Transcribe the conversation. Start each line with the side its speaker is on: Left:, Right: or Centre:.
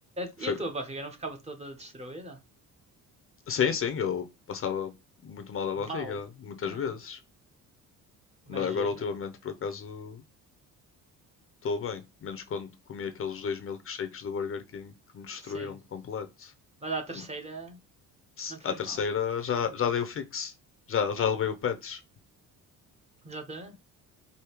Right: E
Left: foi,
Right: a- tua barriga não ficava toda destruída?
Left: sim, sim, eu passava muito mal da barriga,
Right: Mal.
Left: muitas
Right: É,
Left: vezes.
Right: imagino.
Left: Mas agora, ultimamente, por acaso, estou bem. Menos quando comi aqueles dois milkshakes do Burger King que me destruíram
Right: Sim.
Left: por completo.
Right: Mas a terceira
Left: Hum, se-
Right: não te
Left: À
Right: fez
Left: terceira
Right: mal.
Left: já, já dei o fixe. Já, já
Right: É,
Left: levei o pets.
Right: exatamente.